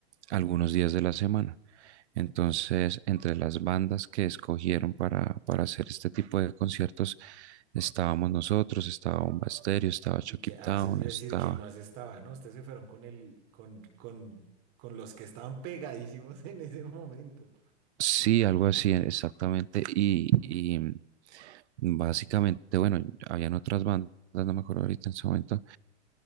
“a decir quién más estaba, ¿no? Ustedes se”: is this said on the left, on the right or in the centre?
Right